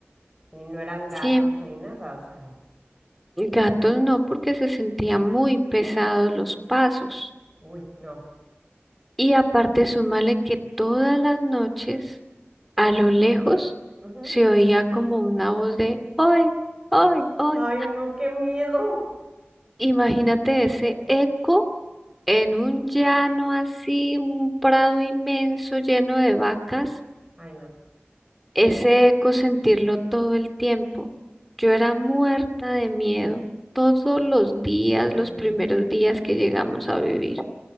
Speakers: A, on the right; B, in the centre.
A: Y no eran gatos
B: Siempre.
A: ni nada, o sea,
B: Gatos no, porque se sentían muy pesados los pasos.
A: uy, no.
B: Y aparte, súmale que todas las noches, a lo lejos,
A: Ujú.
B: se oía como una voz de, ¡Oye, oye, oye!
A: Ay, no, qué miedo.
B: Imagínate ese eco en un llano así, un prado inmenso lleno de vacas,
A: Ay, no.
B: ese eco sentirlo todo el tiempo. Yo era muerta de miedo todos los días,
A: Ay,
B: los
A: no.
B: primeros días que llegamos a vivir